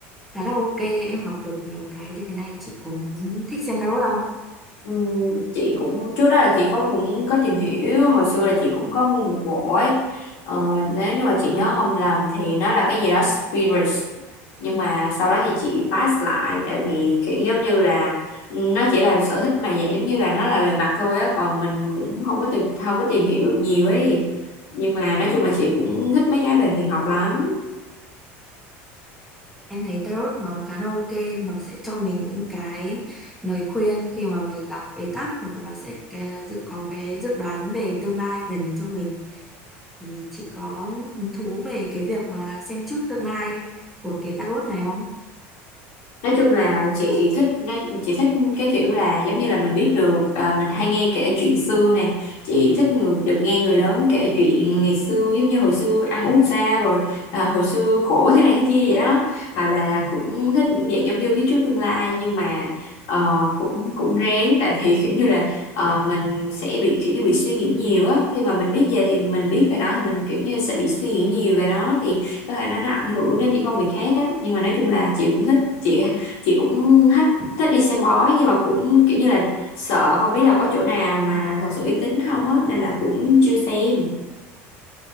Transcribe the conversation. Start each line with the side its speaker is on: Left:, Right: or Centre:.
Centre: khá là ok, em học được nhiều cái. Thì cái này chị cũng thích xem tarot không?
Left: Ừ, chị cũng trước đó là chị có cũng có tìm hiểu hồi xưa là chị cũng có mua một bộ ấy ờ, nếu như mà chị nhớ không lầm thì nó là cái gì đó Spirits nhưng mà sau đó thì chị pass lại tại vì kiểu giống như là ừ, nó chỉ là sở thích mà dạng giống như là nó là bề mặt thôi á còn mình cũng không có tìm không có tìm hiểu được nhiều ấy nhưng mà nói chung là chị cũng thích mấy cái về huyền học lắm
Centre: Em thấy tarot nó khá là ok, nó sẽ cho mình những cái lời khuyên khi mà mình gặp bế tắc hoặc là nó sẽ cái- dự có cái dự đoán về tương lai gần cho mình. Thì chị có hứng thú về cái việc mà xem trước tương lai của cái tarot này không?
Left: nói chung là chị thích nó chị thích cái kiểu là giống như là mình biết được à, mình hay nghe kể chuyện xưa nè chị thích người, được nghe người lớn kể chuyện ngày xưa giống như hồi xưa ăn uống sao rồi à, hồi xưa khổ thế này thế kia vậy đó hoặc là cũng thích dạng giống như biết trước tương lai nhưng mà ờ, cũng cũng rén tại vì kiểu như là ờ, mình sẽ bị kiểu như bị suy nghĩ nhiều á khi mà mình biết về thì mình biết về nó thì mình kiểu như sẽ bị suy nghĩ nhiều về nó thì có thể nó nó ảnh hưởng đến những công việc khác á nhưng mà nói chung là chị cũng thích chị chị cũng thích thích đi xem bói nhưng mà cũng kiểu như là sợ không biết là có chỗ nào mà thật sự uy tín không á nên là cũng chưa xem